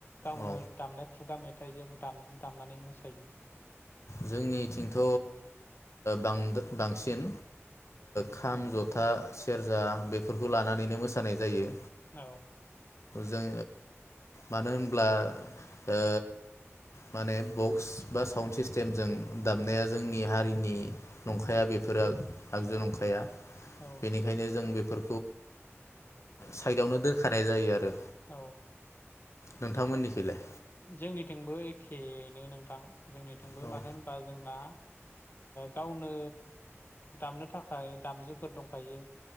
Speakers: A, on the left; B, on the left.
A: गावनो
B: औ
A: दामनाय खुगा मेथाइ थायजों दामजु दामनानै मोसायो
B: जोंनिथिंथ' बां बांसिन
A: औ
B: खाम जथा सेरजा बेफोरखौ लानानैनो मोसानाय जायो
A: औ
B: जों मानो होनब्ला ओ माने बक्स बा साउन्ड सिस सिस्टेमजों दामनाया जोंनि हारिनि नंखाया बेफोरो आगजु नंखाया
A: औ
B: बेनिखायनो जों बेफोर साइदआवनो दोनखानाय जायो आरो
A: औ
B: नोंथांमोननिखैलाय
A: जोंनिथिंबो एखेनो नोंथां जोंनिथिंबो
B: औ
A: मानो होनबा जोंना गावनो दामनो थाखाय दामजुफोर दंखायो